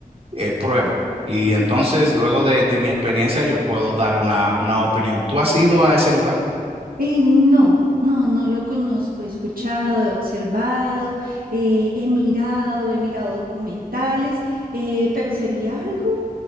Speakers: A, on the right; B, on the right.
A: eh, pruebo. Y entonces, luego de, de mi experiencia, yo puedo dar una, una opinión. ¿Tú has ido a ese lugar? <laughs>
B: Eh, no. No, no lo conozco, he escuchado, he observado, eh, he mirado, he mirado documentales, eh, pero sería algo